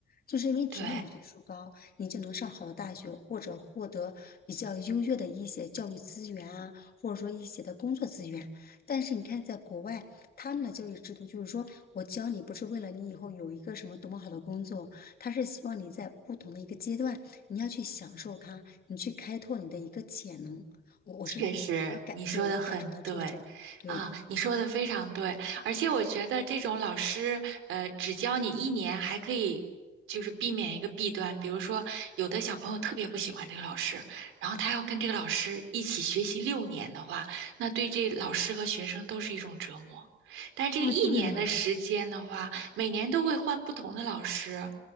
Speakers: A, on the left; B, on the right.
A: 就是因为只要你分数高，
B: 对。
A: 你就能上好的大学，或者获得比较优越的一些教育资源啊，或者说一些的工作资源。但是你看，在国外，他们的教育制度就是说，我教你不是为了你以后有一个什么多么好的工作，他是希望你在不同的一个阶段，你要去享受它，你去开拓你的一个潜能。我我是我我能感，
B: 确实，你说的很对，
A: 对，我能感受到这种，对，
B: 啊，你说的非常对，而且我觉得这种老师，呃，只教你一年，还可以就是避免一个弊端，比如说有的小朋友特别不喜欢这个老师，然后他要跟这个老师一起学习六年的话，那对这老师和学生都是一种折磨。但这个一年的时间的话，
A: 哦，对啊，
B: 每年都会换不同的老师，